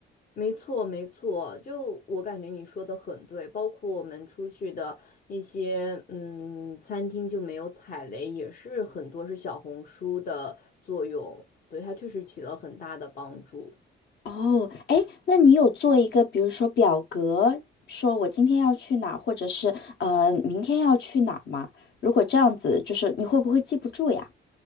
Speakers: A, on the left; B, on the left.
A: 没错，没错，就我感觉你说的很对，包括我们出去的一些嗯餐厅就没有踩雷，也是很多是小红书的作用，对，它确实起了很大的帮助。
B: 哦，哎，那你有做一个，比如说表格，说我今天要去哪儿，或者是呃明天要去哪儿吗？如果这样子，就是你会不会记不住呀？